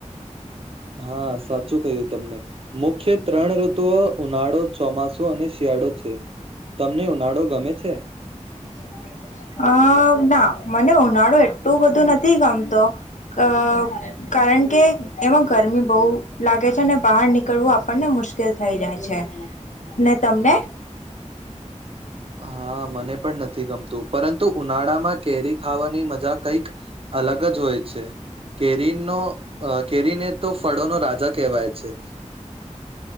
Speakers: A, on the right; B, on the left.
A: હા સાચું કહ્યું તમને મુખ્ય ત્રણ ઋતુઓ ઉનાળો ચોમાસુ અને શિયાળો છે તમને ઉનાળો ગમે છે?
B: <unintelligible> અ ના મને ઉનાળો એટલું બધું નથી ગમતો અ કારણ કે એમાં ગરમી બહુ લાગે છે અને બહાર નીકળવું આપણને મ મુશ્કેલ થઈ જાય છે ને તમને
A: <inaudible> <inaudible> હા મને પણ નથી ગમતું પરંતુ ઉનાળામાં કેરી ખાવાની મજા કઈક અલગ જ હોય છે કેરીનો અ કેરીને એ તો ફળો ન રાજા કહેવાય છે હમ <inaudible>